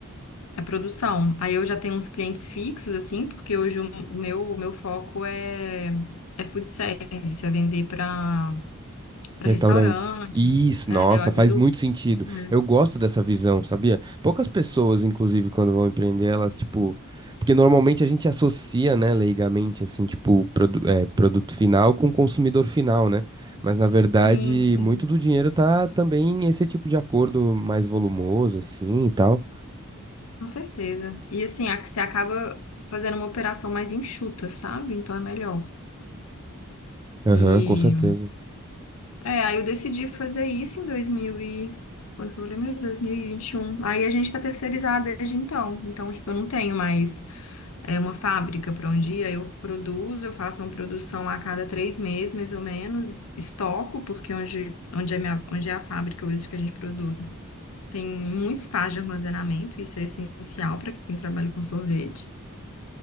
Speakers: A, on the left; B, on the right.
A: É produção. Aí eu já tenho uns clientes fixos, assim, porque hoje o meu, o meu foco é, é food service, é vender para para
B: restaurante.
A: restaurante.
B: Isso,
A: É,
B: nossa,
A: eu atendo.
B: faz muito sentido.
A: é,
B: Eu gosto dessa visão, sabia? Poucas pessoas, inclusive, quando vão empreender, elas, tipo. Porque normalmente a gente associa, né, leigamente, assim, tipo, produ- é, produto final com consumidor final, né? Mas na verdade,
A: sim, sim,
B: muito do dinheiro tá também esse tipo de acordo mais volumoso, assim e tal.
A: com certeza. E assim, a- você acaba fazendo uma operação mais enxuta, sabe? Então é melhor.
B: Aham,
A: E
B: com certeza.
A: é, aí eu decidi fazer isso em 2000 e... Quando que eu lembro? 2021. Aí a gente tá terceirizado desde então. Então, tipo, eu não tenho mais. É uma fábrica para um dia. eu produzo, eu faço uma produção a cada três meses, mais ou menos, estoco, porque onde, onde, é, minha, onde é a fábrica hoje que a gente produz, tem muito espaço de armazenamento, isso é essencial para quem trabalha com sorvete.